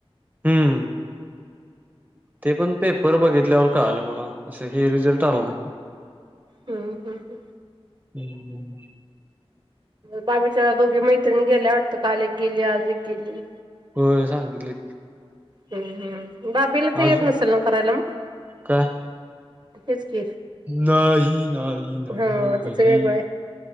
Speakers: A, on the right; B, on the right.
A: हम्म ते पण पेपर बघित ल्यावर कळालं मला असं हे रिझल्ट आला नाई
B: हम्म हम्म हम्
A: हम्म हम्म
B: बाबीच्या दोघी मैत्रिणी गेल्या वाटतं, काल एक गेली आज एक गेली.
A: हो सांगितलं की
B: हम्म हम्म बाबीला ते
A: अजून
B: येत नसल ना करायला मग
A: काय
B: तेच की
A: नाही नाही नाही
B: हा
A: नाही
B: तिचं वेगळय